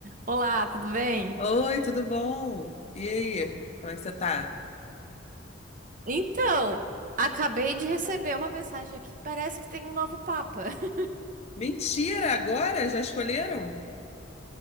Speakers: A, on the right; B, on the left.
A: Olá, tudo bem?
B: Oi, tudo bom? E aí, como é que você tá?
A: Então, acabei de receber uma mensagem aqui. Parece que tem um novo Papa. <laughs>
B: Mentira, agora? Já escolheram?